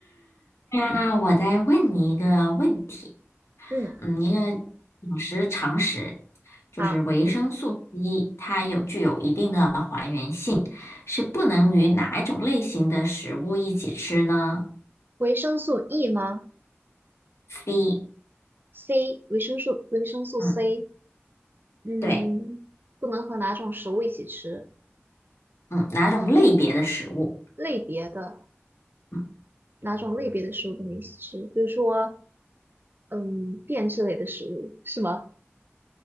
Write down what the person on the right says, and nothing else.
嗯，
好，
维生素 E 吗
？C，维生素维生素
C，嗯，
不能和哪种食物一起吃？
类别的
哪种类别的食物不能一起吃？比如说，嗯，变质类的食物是吗？